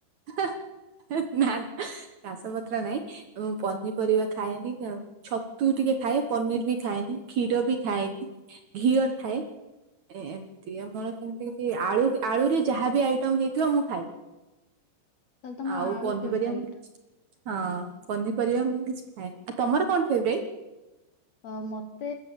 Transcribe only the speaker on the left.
ତାହେଲେ ତମର
ଆଳୁ
ଫେବରାଇଟ।
ଅ ମତେ